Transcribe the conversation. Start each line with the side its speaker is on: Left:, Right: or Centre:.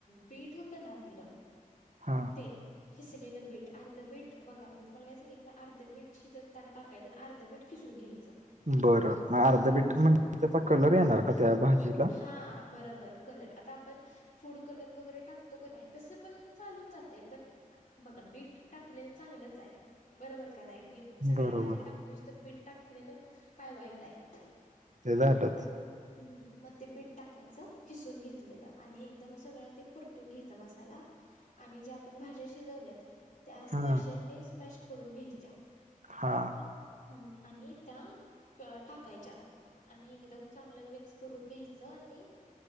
Left: पीठ होत ना आपलं
Right: हां.
Left: के शिजलेलं बीट, अर्ध बीट बघा मी तुम्हाला काय सांगितलं अर्ध बीट शिजताना टाकायचं आणि अर्धं बीट किसून घ्यायचं‌.
Right: बरं मग अर्ध बीट म्हणजे त्याचा कलर येणार का त्या भाजीला?
Left: हा बरोबर कलर आता आपण फुड कलर वगैरे टाकतो का नाही तसं पण चालून जातय पण बघा बीट टाकलेलं चांगलंच आहे बरोबर का नाही कि सगळ्या
Right: बरोबर
Left: भाज्या टाकतोच तर बीट टाकलेलं काय वाईट आहे.
Right: ते झातात.
Left: हम्म, मग ते बीट टाकायचं, खिसून घेतलेलं, आणि एकदम सगळं ते परतून घ्यायचं मसाला. आणि ज्या आपण भाज्या शिजवल्यात त्या स्मॅशरने
Right: हम्म
Left: स्मॅश करून घ्यायच्या
Right: हां,
Left: हमम, आणि त्या टाकायच्या, आणि एकदमऽ. चांगलं मिक्स करून घ्यायचं, आणि